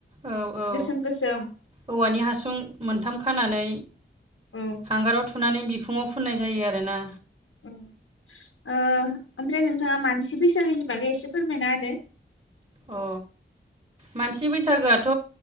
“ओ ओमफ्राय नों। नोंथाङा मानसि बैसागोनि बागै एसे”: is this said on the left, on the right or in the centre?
Left